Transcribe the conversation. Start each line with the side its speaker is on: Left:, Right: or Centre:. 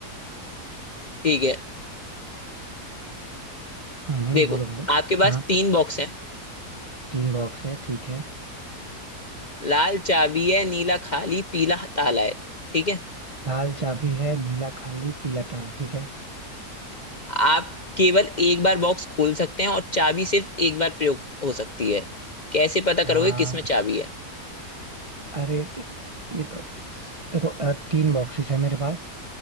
Left: ठीक है
Right: हाँ हाँ
Left: देखो
Right: बोलो बोलो
Left: आपके
Right: हाँ
Left: पास तीन बॉक्स हैं
Right: तीन बॉक्स है ठीक है
Left: लाल चाबी है नीला खाली पीला ताला है ठीक है
Right: लाल चाबी है नीला खाली पीला ताला ठीक है
Left: आप केवल एक बार बॉक्स खोल सकते हैं और चाबी सिर्फ एक बार प्रयोग हो सकती है कैसे पता
Right: हाँ
Left: करोगे किसमें चाबी है
Right: अरे ये तो देखो अ, तीन बॉक्सेस है मेरे पास